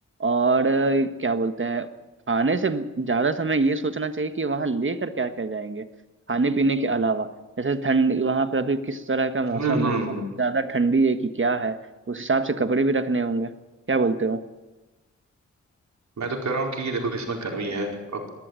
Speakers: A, on the right; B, on the right.
A: और अ, क्या बोलते हैं आने से ज्यादा समय ये सोचना चाहिए कि वहां लेकर क्या क्या जाएंगे खाने पीने के अलावा जैसे ठंडी वहां पे अभी किस तरह का मौसम
B: हम्म हम्म
A: है बहुत ज्यादा ठंडी है कि क्या है उस हिसाब से कपड़े भी रखने होंगे क्या बोलते हो
B: मैं तो कह रहा हूँ कि ये देखो इसमें गर्मी है और